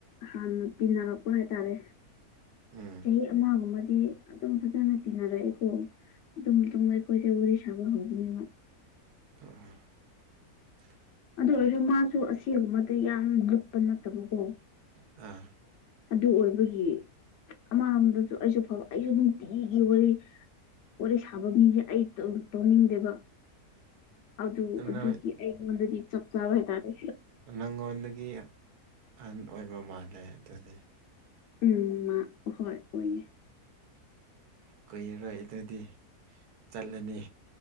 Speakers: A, on the left; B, on the right.
A: ꯍꯥꯟꯅ ꯇꯤꯟꯅꯔꯛꯄ ꯍꯥꯏꯇꯥꯔꯦ
B: ꯎꯝ
A: ꯆꯍꯤ ꯑꯃꯒꯨꯝꯕꯗꯤ ꯑꯗꯨꯝ ꯐꯖꯅ ꯇꯤꯟꯅꯔꯛꯑꯦꯀꯣ ꯑꯗꯨꯝ ꯑꯗꯨꯝ ꯑꯩꯈꯣꯏꯁꯦ ꯋꯥꯔꯤ ꯁꯥꯕ ꯍꯧꯕꯅꯤꯅ
B: <inaudible>
A: ꯑꯗꯨ ꯑꯣꯏꯔꯁꯨ ꯃꯥꯁꯨ ꯑꯁꯤꯒꯨꯝꯕꯗ ꯌꯥꯝ ꯂꯨꯞꯄ ꯅꯠꯇꯕꯀꯣ
B: ꯑ
A: ꯑꯗꯨ ꯑꯣꯏꯕꯒꯤ ꯑꯃ ꯑꯝꯗꯁꯨ ꯑꯩꯁꯨ ꯐꯥꯕ ꯑꯩꯖꯨ ꯅꯨꯡꯇꯤꯒꯤ ꯋꯥꯔꯤ ꯋꯥꯔꯤ ꯁꯥꯕ ꯃꯤꯖꯦ ꯑꯩ ꯇꯧꯅꯤꯡꯗꯦꯕ ꯑꯗꯨ ꯑꯗꯨꯒꯤ
B: ꯅꯣꯏ
A: ꯑꯩ ꯉꯣꯟꯗꯗꯤ ꯆꯞꯆꯥꯕ ꯍꯥꯏꯇꯥꯔꯦ
B: ꯅꯉꯣꯟꯗꯒꯤ ꯑꯍꯟ ꯑꯣꯏꯕ ꯃꯥꯜꯂꯦ ꯑꯗꯨꯗꯤ
A: ꯎꯝ ꯃꯥ ꯍꯣꯏ ꯑꯣꯏꯌꯦ
B: ꯀꯨꯔꯔꯣꯏ ꯑꯗꯨꯗꯤ ꯆꯠꯂꯅꯤ